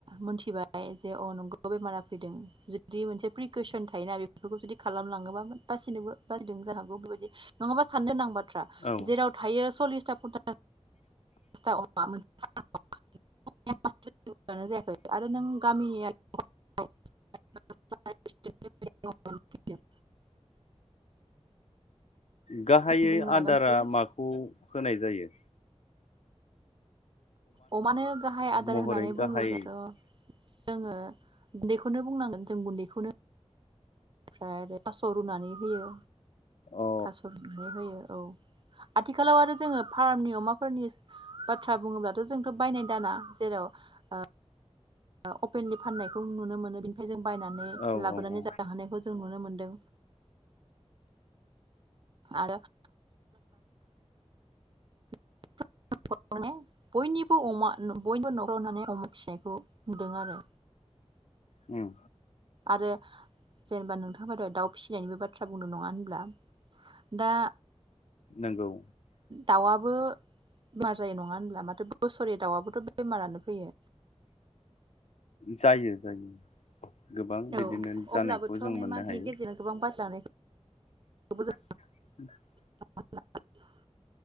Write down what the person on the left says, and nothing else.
औ
गाहायै
आदारा
माखौ होनाय जायो
महरै
गाहाय
अ
औ
औ औ
ओम
नंगौ
जायो जायो गोबां
बिदिनो
जानायखौ
जों मोननो
हायो
<unintelligible>